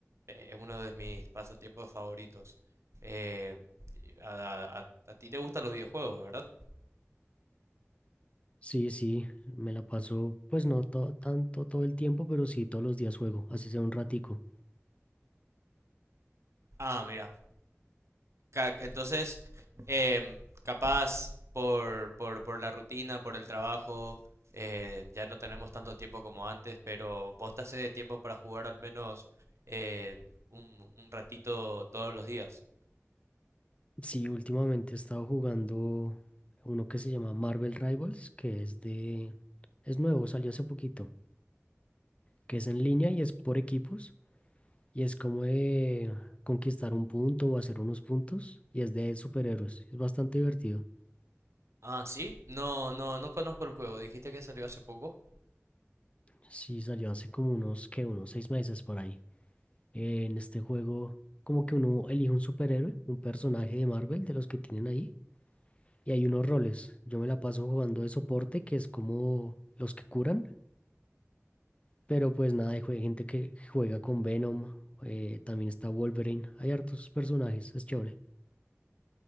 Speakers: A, on the right (about 65°); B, on the left (about 25°).
A: eh, es uno de mis pasatiempos favoritos. Eh, a, a- a a ti te gustan los videojuegos, ¿verdad?
B: Sí, sí, me la paso, pues no to- tanto todo el tiempo, pero sí todos los días juego, así sea un ratico.
A: Ah, mira. ca- Entonces, em, capaz por, por, por la rutina, por el trabajo, eh, ya no tenemos tanto tiempo como antes, pero vos te haces de tiempo para jugar al menos eh, un, un ratito todos los días.
B: Sí, últimamente he estado jugando uno que se llama Marvel Rivals, que es de... es nuevo, salió hace poquito, que es en línea y es por equipos, y es como de conquistar un punto o hacer unos puntos, y es de superhéroes, es bastante divertido.
A: Ah, sí. No, no, no conozco el juego. Dijiste que salió hace poco.
B: Sí, salió hace como unos, ¿qué? Unos seis meses por ahí. Eh, en este juego, como que uno elige un superhéroe, un personaje de Marvel, de los que tienen ahí, y hay unos roles. Yo me la paso jugando de soporte, que es como los que curan, pero pues nada, hay jue- gente que juega con Venom, eh, también está Wolverine, hay hartos personajes, es chévere.